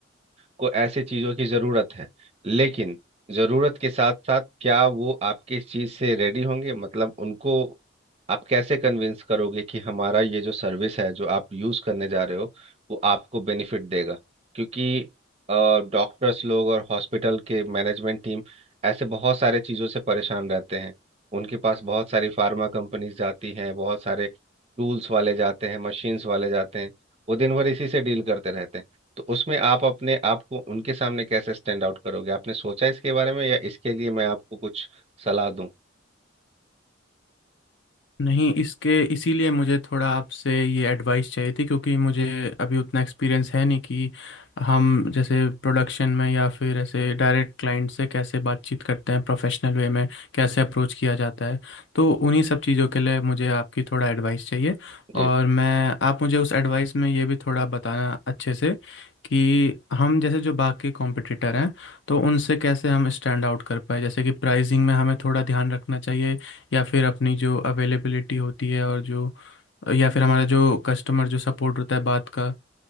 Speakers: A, on the right (about 30°); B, on the left (about 65°).
A: को ऐसे चीजों की जरूरत है लेकिन जरूरत के साथ साथ क्या वो आपके इस चीज से रेडी होंगे मतलब उनको आप कैसे कन्विंस करोगे कि हमारा ये जो सर्विस है जो आप यूज करने जा रहे हो वो आपको बेनिफिट देगा क्योंकि डॉक्टर्स लोग और हॉस्पिटल के मैनेजमेंट टीम ऐसे बहुत सारे चीज़ों से परेशान रहते हैं उनके पास बहुत सारी फार्मा कंपनीज जाती हैं बहुत सारे टूल्स वाले जाते हैं मशीन्स वाले जाते हैं वो दिन भर इसी से डील करते रहते हैं तो उसमें आप अपने आप को उनके सामने कैसे स्टैंड आउट करोगे आपने सोचा इसके बारे में या इसके लिए मैं आपको कुछ सलाह दूं
B: नहीं इसके इसीलिए मुझे थोड़ा आपसे ये एडवाइस चाहिए थी क्योंकि मुझे अभी उतना एक्सपीरियंस है नहीं कि हम जैसे प्रोडक्शन में या फिर ऐसे डायरेक्ट क्लाइंट से कैसे बातचीत करते हैं प्रोफेशनल वे में कैसे अप्रोच किया जाता है तो उन्हीं सब चीज़ों के लिए मुझे आपकी थोड़ा एडवाइस चाहिए
A: जी
B: और मैं आप मुझे उस एडवाइस में ये भी थोड़ा बताना अच्छे से कि हम जैसे जो बाकी कॉम्पिटिटर हैं तो उनसे कैसे हम स्टैंड आउट कर पाए जैसे कि प्राइसिंग में हमें थोड़ा ध्यान रखना चाहिए या फिर अपनी जो अवेलेबिलिटी होती है और जो या फिर हमारा जो कस्टमर जो सपोर्ट होता है बात का